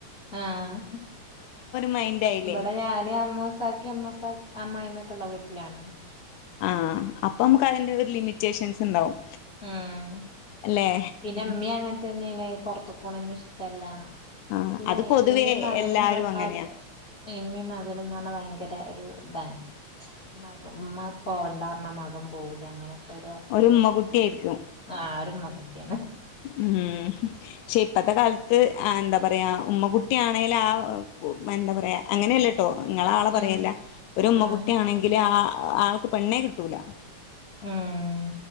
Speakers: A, on the left (about 30°); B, on the left (about 85°).
A: ആഹ്.
B: മൈൻഡ് ആയില്ലേ
A: ബടെ ഞാന് അമ്മൂസ് സാക്കി, അമ്മസ്സാ അമ്മായമ്മക്കെള്ള വീട്ട്ലാണ്.
B: ആഹ്. അപ്പൊ നമുക്ക് അതിന്റെ ഒര് ലിമിറ്റേഷൻസ് ണ്ടാവും
A: ഉം
B: അല്ലെ.
A: പിന്നെ മ്മീ അങ്ങൻ തന്നേണ് പൊർത്തുക്ക്‌ പോണെന്നും ഇഷ്ടല്ല.
B: ആഹ്
A: പിന്നെ
B: അത് പൊതുവേ
A: ഇമ്മിം മകനും
B: എല്ലാരും
A: ന്ന് പർണാല്
B: അങ്ങനെയാ
A: ഇമ്മിം മാകനും ന്നെർണാ ഭയങ്കര ഒരു താണ്. മ്മാക്ക്. മ്മ പോവണ്ടാർണ മകം പോവൂല അങ്ങനെ ഒരൊ
B: ഒരു
A: ന്താ
B: ഉമ്മ കുട്ടിയായിരിക്കും
A: ആഹ് ഒരുമ്മ കുട്ട്യാണ്.
B: ഉം. പക്ഷെ ഇപ്പത്തെ കാൽ ത്ത് ആഹ് എന്താ പറയാ ഉമ്മകുട്ടിയാണേലും ആഹ് എന്താ പറയാ അങ്ങനെയല്ലട്ടൊ ങ്ങളെ ആളെ പറയല്ല.
A: ഉം
B: ഒരുമ്മ
A: ആഹ്
B: കുട്ടിയാണെ ങ്കിലെ ആ ആൾക്ക് പെണ്ണേ കിട്ടൂല.
A: ഉം